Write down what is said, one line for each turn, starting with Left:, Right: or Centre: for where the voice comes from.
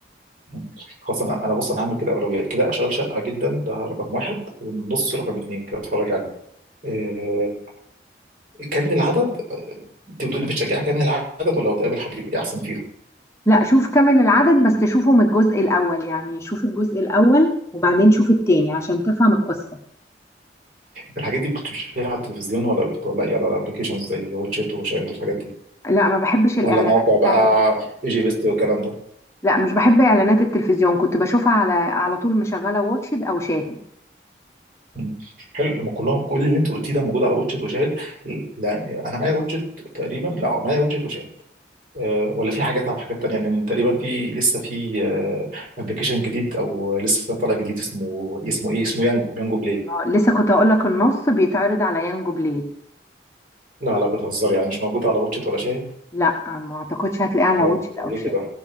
Right: مم. خلاص انا انا بص انا هعمل كده اولويات كده اشغال شقة جدا ده رقم واحد والنص رقم اتنين كده اتفرج عليه آه كامل العدد انت بتقولي بتشجعي كامل العدد ولا بتقابل حبيب ايه احسن فيهم
Left: لا شوف كامل العدد بس شوفه من الجزء الأول يعني شوف الجزء الأول وبعدين شوف التاني عشان تفهم القصة
Right: الحاجات دي كنت بتشوفيها على التلفزيون ولا بت- ولا ايه على الابلكيشنز زي واتشيت وشاهد الحاجات دي
Left: لا ما بحبش الإعلانات
Right: ولا مواقع
Left: بتاعة
Right: بقى
Left: التلفزيون
Right: اي جي بيست والكلام ده
Left: لا مش بحب إعلانات التلفزيون كنت بشوفها على على طول مشغلة واتشد أو شاهد
Right: مم. حلو لما كلهم كل اللي انت قلتيه ده موجود على واتشت وشاهد لا انا معايا واتشت تقريبا لا معايا واتشت وشاهد أه ولا في حاجات على حاجات تانية لان تقريبا في لسه في ابلكيشن جديد او لسه طالع جديد اسمه اسمه ايه اسمه يانجو يانجو بلاي
Left: آه، لسه كنت أقول لك النص بيتعرض على يانجو بلاي
Right: لا لا بتهزر يعني مش موجود على واتشت ولا شاهد
Left: لا ما أعتقدش هتلاقيه على
Right: طب
Left: واتشد
Right: ليه
Left: أو شاهد
Right: كده